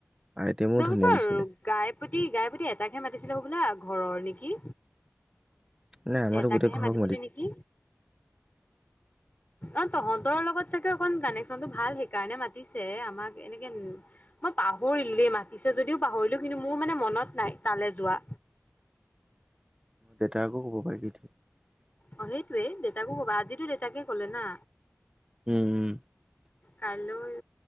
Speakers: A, on the right (about 15°); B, on the left (about 40°).
A: আইটেমো
B: যোৱাবছৰ-
A: ধুনীয়া দিছিলে
B: গাইপতি গাইপতি এটাক হে মাতিছিলে হবলা ঘৰৰ নেকি।
A: নাই আমাৰতো
B: এটাকেহে
A: গোটেই ঘৰক
B: মাতিছিলে নেকি? অ তহঁতৰ লগত চাগে অকণ কানেকচনটো ভাল সেইকাৰণে মাতিছে আমাক এনেকে মই পাহৰিলো দেই মাতিছে যদিও পাহৰিলো কিন্তু মোৰ মানে মনত নাই তালে যোৱা।
A: দেউতাকো ক'ব পাৰিবি।
B: অ সেইটোৱে দেউতাকো কবা, আজিতো দেতাকে ক'লে না।
A: উম উম।
B: কাইলৈ।